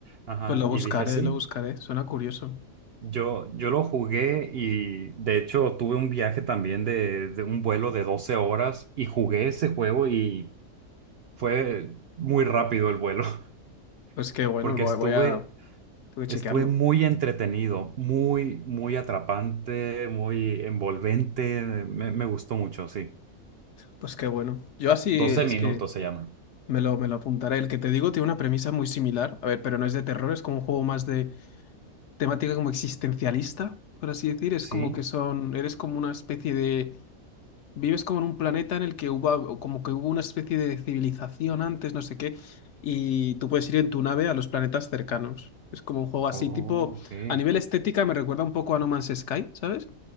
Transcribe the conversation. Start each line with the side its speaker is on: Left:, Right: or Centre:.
Right: Ajá,
Left: Pues lo buscaré,
Right: y dije, sí,
Left: lo buscaré. Suena curioso.
Right: yo, yo lo jugué y de hecho tuve un viaje también de, de un vuelo de doce horas y jugué ese juego y fue muy rápido el vuelo, <laughs>
Left: Pues qué bueno,
Right: porque
Left: voy,
Right: estuve,
Left: voy a... Tengo que chequearlo.
Right: estuve muy entretenido, muy, muy atrapante, muy envolvente, me, me gustó mucho, sí.
Left: Pues qué bueno. Yo así
Right: doce
Left: es
Right: minutos
Left: que
Right: se llama,
Left: me lo, me lo apuntaré. El que te digo tiene una premisa muy similar. A ver, pero no es de terror, es como un juego más de temática como existencialista, por así decir. Es
Right: sí.
Left: como que son... Eres como una especie de Vives como en un planeta en el que hubo, como que hubo una especie de civilización antes, no sé qué, y tú puedes ir en tu nave a los planetas cercanos. Es como un juego así,
Right: Oh,
Left: tipo,
Right: ok.
Left: a nivel estética me recuerda un poco a No Man's Sky, ¿sabes?